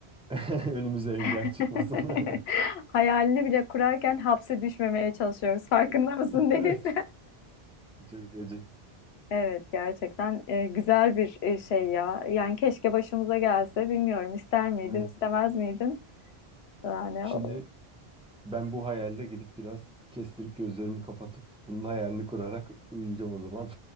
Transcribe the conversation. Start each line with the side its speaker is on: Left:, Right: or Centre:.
Centre: <laughs> önümüze engel
Left: <laughs>
Centre: çıkmasın. <laughs>
Left: Hayalini bile kurarken hapse düşmemeye çalışıyoruz. Farkında mısın
Centre: Evet.
Left: Deniz?
Centre: Çok acı.
Left: Evet gerçekten e, güzel bir e, şey ya. Yani keşke başımıza gelse bilmiyorum ister miydin
Centre: Evet.
Left: istemez miydin? Yani
Centre: Şimdi
Left: o-
Centre: Ben bu hayalle gidip biraz kestirip gözlerimi kapatıp bunun hayalini kurarak uyuyacağım o zaman.